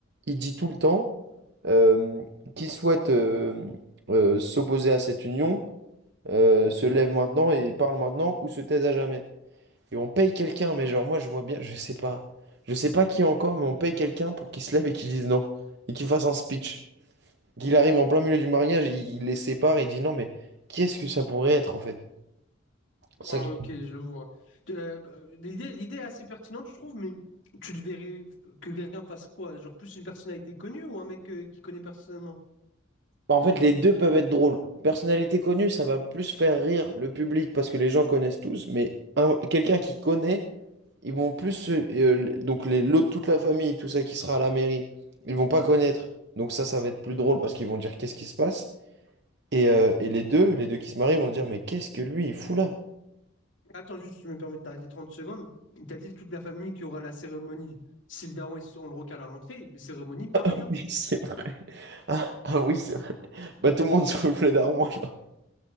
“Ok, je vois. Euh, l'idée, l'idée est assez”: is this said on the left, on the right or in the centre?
Left